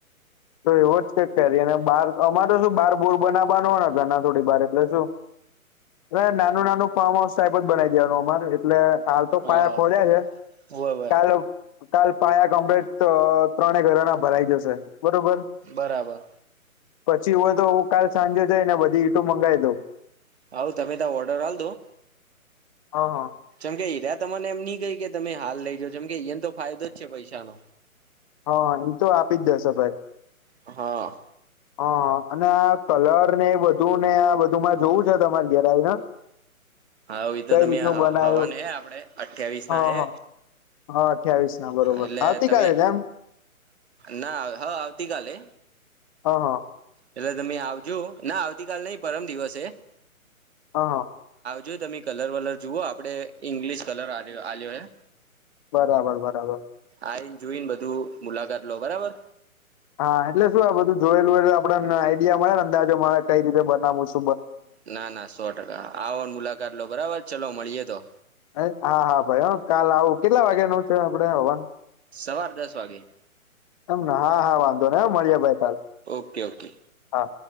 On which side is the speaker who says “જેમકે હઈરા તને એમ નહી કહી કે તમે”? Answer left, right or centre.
Right